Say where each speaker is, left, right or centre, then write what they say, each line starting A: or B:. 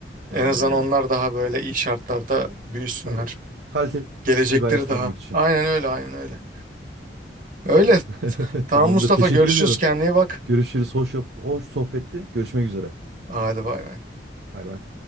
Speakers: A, on the right; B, on the right.
A: Aynen
B: En azından
A: öyle.
B: onlar daha böyle iyi şartlarda büyüsünler.
A: Tabii. Kaliteli
B: Gelecekleri
A: bir hayat
B: Evet.
A: sunabilmek
B: daha.
A: için.
B: Aynen öyle aynen öyle. Öyle.
A: Tamam. <laughs>
B: Tamam
A: Tamamdır.
B: Mustafa
A: Teşekkür
B: görüşürüz
A: ediyorum.
B: kendine iyi bak.
A: Görüşürüz. Hoş, hoş sohbetti. Görüşmek üzere.
B: Hadi bay bay.
A: Bay bay.